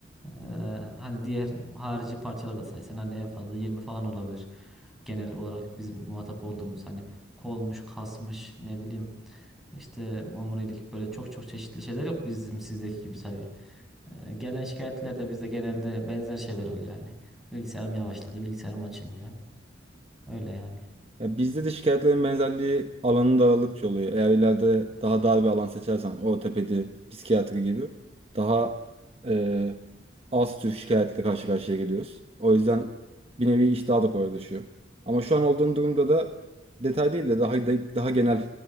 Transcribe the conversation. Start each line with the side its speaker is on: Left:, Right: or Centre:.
Centre: Ee, hani diğer harici parçalar da saysan hani en fazla 20 falan olabilir. Genel olarak bizim muhatap olduğumuz hani kolmuş, kasmış ne bileyim işte omurilik böyle çok çok çeşitli şeyler yok bizim sizdeki gibi tabii. Ee, gelen şikayetler de bizde genelde benzer şeyler oluyor yani. Bilgisayarım yavaşladı, bilgisayarım açılmıyor. Öyle yani.
Right: Ya bizde de şikayetlerin benzerliği alanı daralıkça oluyor. Eğer ileride daha dar bir alan seçersen ortopedi, psikiyatri gibi daha e, az tür şikayetle karşı karşıya geliyoruz. O yüzden bir nevi iş daha da kolaylaşıyor. Ama şu an olduğum durumda da detay değil de daha daha genel